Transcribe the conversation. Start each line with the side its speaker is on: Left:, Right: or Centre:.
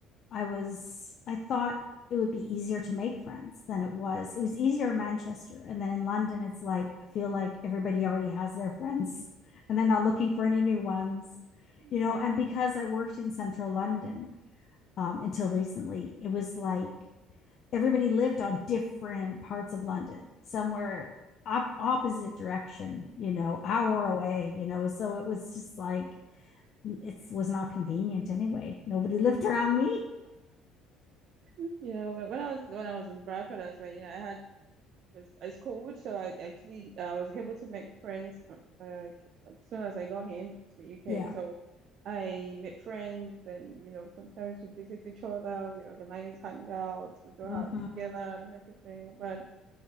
Left: I was, I thought it would be easier to make friends than it was. It was easier in Manchester. And then in London, it's like, I feel like everybody already has their friends <laughs> and they're not looking for any new ones,
Right: Yeah,
Left: you know. And because I worked in central London um, until recently, it was like everybody lived on different parts of London. somewhere were op- opposite direction, you know, hour away, you know. So it was just like, it was not convenient anyway. Nobody <laughs> lived around me.
Right: you know, when I was when I was in Bradford, I was like, you know, I had was I schooled, so I actually I was able to make friends uh, like, as soon as I got here to the UK.
Left: Yeah.
Right: So I made friends, and you know, sometimes we visit each other. We organize hangouts, we go out
Left: Mm-hmm.
Right: together, and everything. But